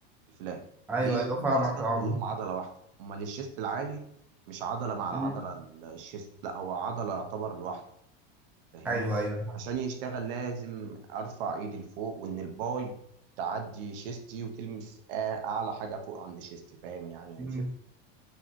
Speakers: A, on the right (about 60°); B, in the centre.
A: الفلات
B: ايوه
A: ليه؟
B: ايوه
A: لأن هما
B: فاهمك
A: أصلا
B: يا عمر
A: كلهم عضلة واحدة هما للشيست العالي مش عضلة مع العضلة
B: امم
A: الشيست لا هو عضلة يعتبر لوحده فاهمني
B: ايوه ايوه
A: عشان يشتغل لازم ارفع ايدي لفوق وان الباي تعدي شيستي وتلمس آ- اعلى حاجه فوق عند شيستي فاهم يعني يا
B: مم.
A: يوسف